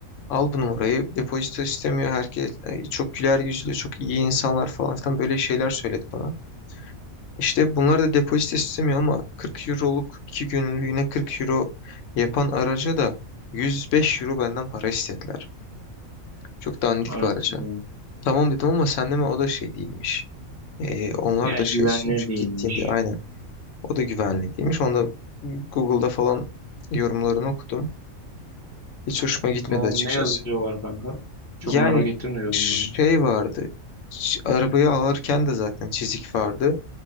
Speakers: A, on the left; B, on the left.
A: Al bu numarayı. Depozito istemiyor. Herkes e, çok güler yüzlü, çok iyi insanlar falan filan böyle şeyler söyledi bana. İşte bunlar da depozito istemiyor ama 40 euroluk 2 günlüğüne 40 euro yapan araca da 105 euro benden para istediler. Çok dandik
B: Evet.
A: bir araca.
B: Ya
A: Tamam dedim ama sen deme o da şey değilmiş. Eee, onlar
B: Yani
A: da şey
B: güvenilir
A: istiyormuş.
B: değilmiş.
A: Gittiğinde aynen. O da güvenli değilmiş. Onda Google'da falan yorumlarını okudum. Hiç hoşuma gitmedi
B: Ne, ol-
A: açıkçası.
B: ne yazıyorlar kanka? Çok
A: Yani
B: merak ettim de yorumlarını.
A: şey vardı. ç- Arabayı alırken de zaten çizik vardı.